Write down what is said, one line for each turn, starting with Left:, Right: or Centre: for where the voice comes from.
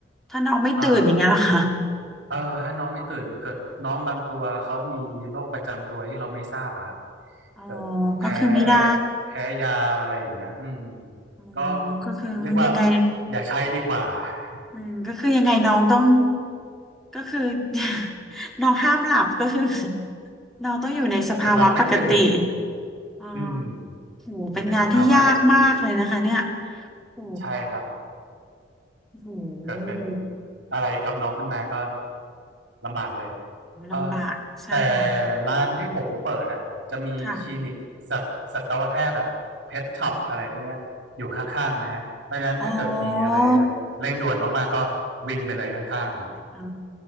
Centre: ถ้าน้องไม่ตื่นอย่างเงี้ยเหรอคะ
Right: เอ่อเออถ้าน้องไม่ตื่นเกิดน้องบางตัวเขามีโรคประจำตัวที่เราไม่ทราบอะครับ
Centre: อ๋อ
Right: เกิดแพ้
Centre: ก็คือไม่ได้
Right: แพ้ยาอะไรอย่างเงี้ยอืม
Centre: อ๋อ
Right: ก็
Centre: ก็คือยังไง
Right: เรียกว่าอย่าใช้ดีกว่า <laughs>
Centre: อืมก็คือยังไงน้องต้องก็คือ <laughs> น้องห้ามหลับก็คือ <laughs> น้องต้องอยู่ในสภาวะปกติ
Right: เกิดหลับไม่ตื่น
Centre: อ๋อ
Right: อืม
Centre: โหเป็นงานที่ยากมากเลยนะคะเนี่ย
Right: อยู่ในสภาวะปกติ
Centre: โห
Right: ใช่ครับ
Centre: โห
Right: เกิดเป็นอะไรกับน้องขึ้นมาก็ลำบากเลยเออ
Centre: ลำบากใช่ค่ะ
Right: แต่ร้านที่ผมเปิดอ่ะจะมีคลินิกสัตสัตวแพทย์อ่ะเพทช็อปอะไรพวกเนี้ยอยู่ข้างๆนะฮะเพราะฉะนั้นถ้าเกิดมีอะไรแบบเร่งด่วนมากๆก็วิ่งไปเลยข้างๆ
Centre: ค่ะอ๋ออ๋ออ๋อ